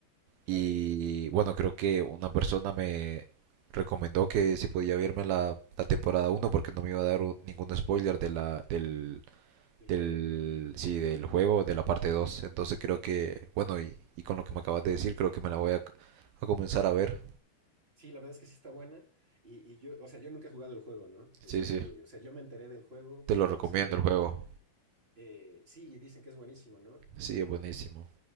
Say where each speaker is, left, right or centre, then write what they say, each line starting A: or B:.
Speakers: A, on the right; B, on the right.
A: claro,
B: Y bueno, creo que una persona me recomendó que si podía verme la, la temporada uno porque no me iba a dar u- ningún spoiler de la, del,
A: el
B: del,
A: juego.
B: sí, del juego, de la parte dos Entonces creo que, bueno, y, y con lo que me acabas de decir, creo que me la voy a, a comenzar a ver.
A: Sí, la verdad es que sí está buena. Y, y yo, o sea, yo nunca he jugado el juego, ¿no? Este,
B: Sí, sí,
A: o sea, yo me enteré del juego
B: te
A: por
B: lo recomiendo
A: la serie.
B: el juego.
A: Eh, sí, dicen que es buenísimo, ¿no?
B: Sí, es buenísimo.